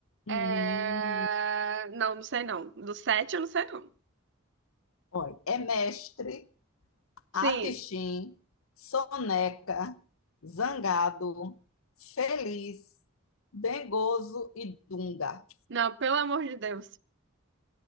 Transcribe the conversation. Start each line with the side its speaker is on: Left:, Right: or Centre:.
Left: Hum,
Right: é, não, não sei não. Do sete eu não sei não.
Left: olha, é Mestre,
Right: Sim,
Left: Atixim, Soneca, Zangado, Feliz, Dengoso e Dunga.
Right: não, pelo amor de Deus.